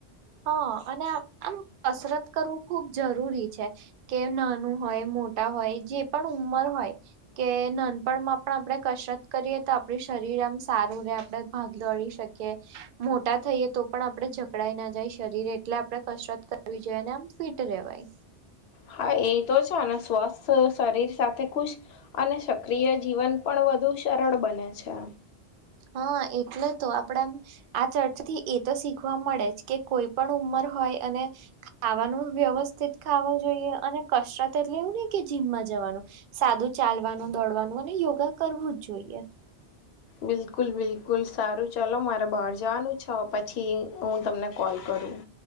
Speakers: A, on the right; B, on the left.
A: હા, અને આમ કસરત કરવું ખુબ જરૂરી છે, કે નાનું હોય મોટા હોય, જે પણ ઉંમર હોય, કે નાનપણમાં પણ આપણે કસરત કરીએ, તો આપ શરીર આમ સારું, રે આપણે ભાગ દોડી શકીએ મોટા થઈએ, તો પણ આપડે જઝકડાઈ ના શરીર એટલે આપડે કસરત, કરવી જોઈએ અને આમ ફિટ રેવાય
B: હા, એ તો છે, અને સ્વસ્થ શરીર સાથે ખુશ અને સક્રિય જીવન પણ વધુ સરળ બને છે
A: હા, એટલે તો આપડા આમ આ ચર્ચાથી તો શીખવા મળે જ કે કોઈ પણ ઉંમર હોય અને ખાવાનું વ્યવસ્થિત ખાવો જોઇયે. અને કસરત એટલે એવું ની કે જીમમાં જવાનું, સાદું ચાલવાનું, દોડવાનું અને યોગા કરવું જ જોઇયે.
B: બિલકુલ બિલકુલ, સારું ચાલો મારે બાર જવાનું છ હવે પછી હું તમને કોલ કરું